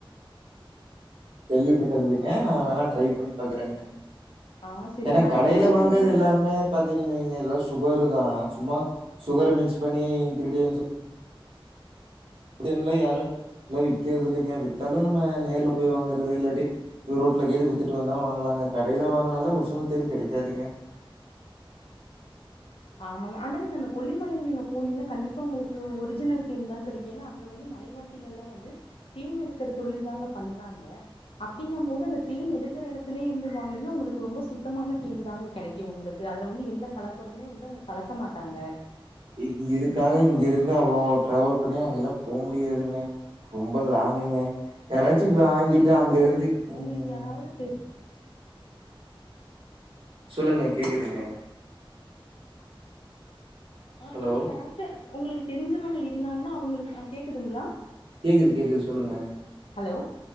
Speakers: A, on the right; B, on the left.
A: <unintelligible> <unintelligible> நா வேனா ட்ரை பண்ணி பாக்குறேங்க
B: ஆ சரிங்க
A: ஏன்னா
B: அதே
A: கடேல
B: மாரி
A: வாங்கறது
B: அங்க வந்து
A: எல்லாமே பாத்தீங்கன் வைங்க எல்லா சு சுகரே தான் சும்மா சுகர மிக்ஸ் பண்ணி இன்கிரீடியன்ஸ் தேன்லாம் யாரும் எல்லாம் விக்கிறது இல்லைங்க வித்தாலும் நம்ம நேர்ல போய் வாங்குறது இல்லாட்டி ரோட்ல கேது வித்துட்டு வந்தா வாங்கலாங்க கடேல வாங்குனாலும் ஒரிஜினல் தேன் கெடைக்காதுங்க
B: ஆமாங்க ஆனா நீங்க அந்த கொல்லிமலேல நீங்க போனீங்கன்னா கண்டிப்பா உங்களுக்கு ஒரிஜினல் தேன் தான் கெடைக்கு ஏன்னா அங்க வந்து மலைவாசிகள்லாம் வந்து தேன் எடுக்கிற தொழில் தாங்க பண்றாங்க அப்டிங்கம் போது அந்த தேன் எடுக்கிற இடத்துலயே இருந்து வாங்குனீங்னா உங்களுக்கு ரொம்ப சுத்தமான தேன் தாங்க கெடைக்கும் உங்களுக்கு அதுல வந்து எந்த கலப்படமே வந்து கலக்க மாட்டாங்க
A: இங்க இதுக்காக இங்க இருந்து அவ்ளோ டிராவல் பண்ணி அங்கல்லாம் போ முடியாதுங்க ரொம்ப லாங்குங்க யாராச்சி வாங்கிட்டு
B: அப்டி இல்லைங்க
A: அங்க
B: உங்க
A: இருந்து உம்
B: உங்களுக்கு யாராவது தெ
A: சொல்லுங்க கேக்குதுங்க
B: ஆஹ்
A: ஹலோ
B: இல்ல யாராச்ச உங்களுக்கு தெரிஞ்சவங்க இருந்தாங்கன்னா அவுங்களுக்கு ஆஹ் கேக்குதுங்களா
A: கேக்குது கேக்குது சொல்லுங்க
B: ஹலோ